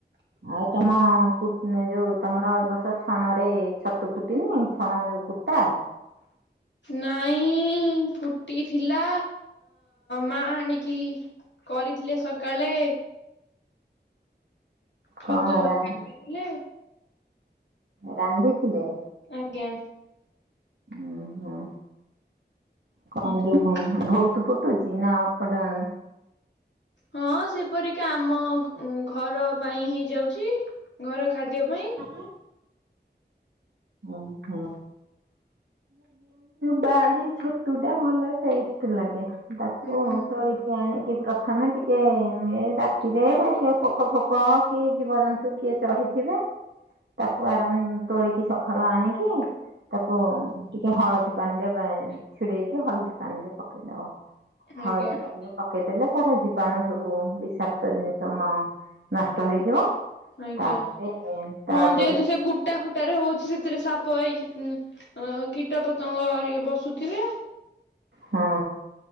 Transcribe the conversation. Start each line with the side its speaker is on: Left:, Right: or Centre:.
Right: ଆଉ ତମ କୁଟୁ ଏ ଯୋଉ ତମର ଏ ବର୍ଷ ଛାଣରେ ଛତୁ ଫୁଟିନି ଛାଣ ଯୋଉ କୁଟା
Left: ନାଇଁ ଫୁଟିଥିଲା ମା ଆଣିକି କରିଥିଲେ ସକାଳେ ଛତୁ
Right: କଣ
Left: ଭଜା
Right: ରାନ୍ଧି
Left: କରିଥିଲେ।
Right: ରାନ୍ଧିଥିଲେ?
Left: ଆଜ୍ଞା
Right: ଉଁ ହୁଁ ଆଉ କଣ? ବହୁତ ଫୁଟୁଚି ନା ଅପ ଡା
Left: ହଁ ସେପରିକା ଆମ ଘର ପାଇଁ ହେଇଯାଉଚି। ଘର ଖାଦ୍ୟ ପା
Right: ଆ ଓଁ ହଁ। ବାଡି ଛତୁ ଟା ଭଲ ଟେଷ୍ଟ ଲାଗେ। ତାକୁ
Left: ହୁଁ
Right: ତୋଳିକି ଆଣି କି ପ୍ରଥମେ ଟିକେ ଏ ରାତିରେ ସେ ପୋକ ଫୋକ କି ଜୀବଜନ୍ତୁ କିଏ ଚଢ଼ି ଥିବେ ତାକୁ ଆରାମ ତୋଳିକି ସକାଳୁ ଆଣିକି ତାକୁ ଟିକେ ହଳଦୀ ପାଣି ରେ ବା ଛିଡେଇକି, ହଳଦୀ ପାଣି ରେ ପକେଇଦବ।
Left: ଆଜ୍ଞା
Right: ହଳଦୀ ପାଣି ରେ ପକେଇଦେଲେ ତାର ଜୀବାଣୁ ସବୁ ବିଶାକ୍ତ ଜିନିଷ ମ ନଷ୍ଟ ହେଇଯିବ।
Left: ଆଜ୍ଞା
Right: ତାପରେ ତାପରେ
Left: ହଁ ଯେହେତୁ ସେ କୁଟା ଫୁଟାରେ ହଉଚି ସେଥିରେ ସାପ ଏଇ କୀଟ ପତଙ୍ଗ ଘରିକା ବସୁଥିବେ।
Right: ହଁ